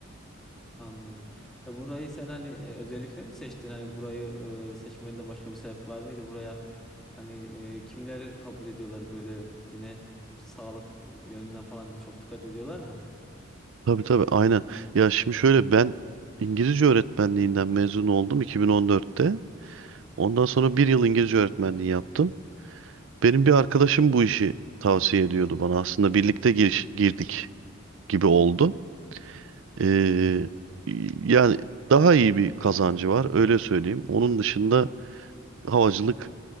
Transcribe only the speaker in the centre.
Anladım. E, burayı sen hani e, özellikle mi seçtin? Hani burayı e, seçmende başka bir sebep var mıydı? Buraya hani e, kimleri kabul ediyorlar böyle yine sağlık yönünden falan çok dikkat ediyorlar mı?